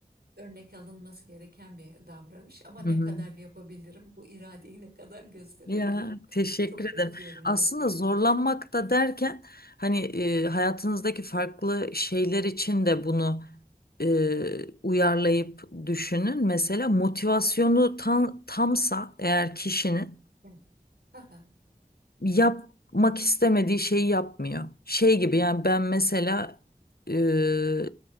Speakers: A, on the right (about 85°); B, on the left (about 75°).
A: örnek alınması gereken bir davranış ama ne
B: hı hı.
A: kadar yapabilirim? Bu iradeyi ne kadar gösterebilirim?
B: Ya teşekkür
A: Çok da
B: ederim.
A: görünüyor
B: Aslında
A: benim
B: zorlanmak
A: için.
B: da derken hani e, hayatınızdaki farklı şeyler için de bunu e, uyarlayıp düşünün. Mesela motivasyonu tam, tamsa eğer kişinin
A: Evet. Aha,
B: yapmak istemediği şeyi yapmıyor. Şey gibi yani ben mesela e,